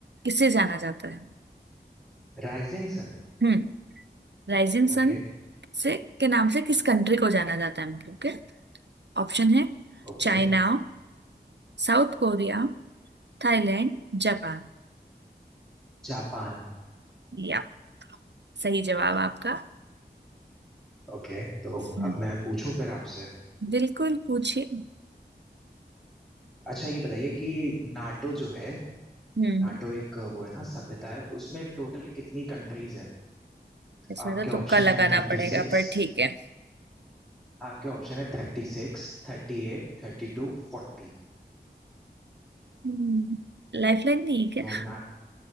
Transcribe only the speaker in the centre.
Rising sun
Okay
Okay
Japan
Okay तो
अब मैं पूछूं फिर आपसे
अच्छा ये बताइए कि नाटो जो है
नाटो एक वो है ना सभ्यता है उसमें टोटल कितनी कंट्रीज है
आपके
ऑप्शन
है थर्टी
सिक्स
आपके ऑप्शन है thirty six thirty eight thirty two forty
तो ना